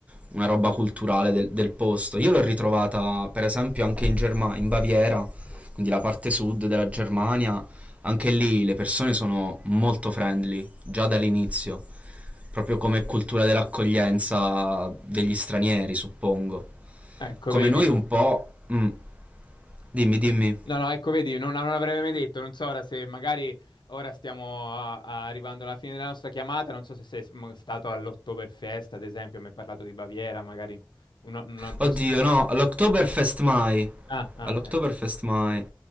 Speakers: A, on the right; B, on the left.
A: una roba culturale del, del posto. Io l'ho ritrovata, per esempio, anche in Germania, in Baviera, quindi la parte sud della Germania. Anche lì le persone sono molto friendly, già dall'inizio, proprio come cultura dell'accoglienza degli stranieri, suppongo.
B: Ecco,
A: Come
B: vedi.
A: noi un po'... mm, Dimmi, dimmi.
B: No, no, ecco, vedi, non, non l'avrei mai detto, non so ora se magari ora stiamo a- a- arrivando alla fine della nostra chiamata, non so se sei sm- stato all'Oktoberfest, ad esempio, mi hai parlato di Baviera, magari una, una prossimamente...
A: Oddio, no, all'Oktoberfest
B: eh, eh.
A: mai.
B: Ah, ah,
A: All'Oktoberfest
B: ecco.
A: mai.